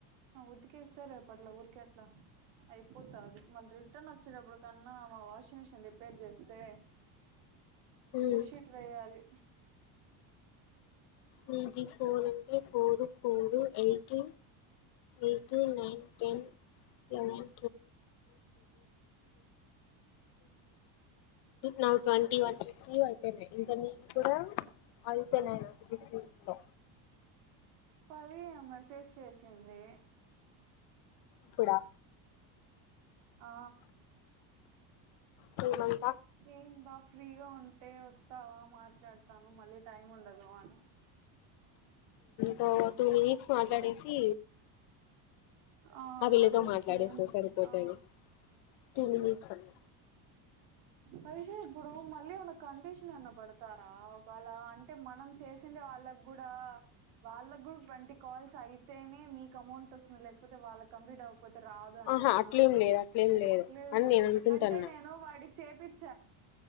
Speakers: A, on the right; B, on the left.
A: ఉతికేస్తా రెప్ అట్లా ఊరికే అట్లా అయి పోతది మళ్ళీ రిటర్న్ వచ్చేటప్పుడు కన్నా మా వాషింగ్ మిషన్ రిపేర్ చేస్తే
B: ఉమ్
A: బెడ్ షీట్ వేయాలి
B: నిధి ఫోర్ ఉంటాయి four four eight eight nine ten eleven నా ట్వంటీ వన్ అయిపోయినాయి ఇంకా నేను కూడా అయిపోయినాయి నా
A: పవి ఆ మెసేజ్ చేసింది
B: ప్పుడా
A: ఆ
B: కే అంత
A: ఏం బా ఫ్రీగా ఉంటే వస్తావా మాట్లాడతాను మళ్ళీ టైం ఉండదు అని
B: కా తూ మీక్స్ మాట్లాడేసి
A: ఆ
B: వీళ్ళతో
A: మళ్ళీ
B: మాట్లాడేస్తే
A: చేయని
B: సరిపోతది
A: ఆ
B: టూ మినిట్స్ అన్న
A: హరీష్ ఇప్పుడు మళ్ళీ ఉన్న కండిషన్ ఏన్న పడతారా ఒకవేళ అంటే మనం చేసిండే వాళ్ళకు కూడా వాళ్ళకి కూడా ట్వంటీ కాల్స్ అయితేనే మీకు అమౌంట్ వస్తుంది లే కొతే వాలక్ కంప్లీట్ అవక పోతే రాదు అని
B: ఆహా
A: ఏమన్నా
B: అట్లేం లేదు అట్లేం
A: లేదు
B: అని
A: కదా
B: నేను అనుకుంటున్నా
A: అంటే నేను వాడి చెపిచ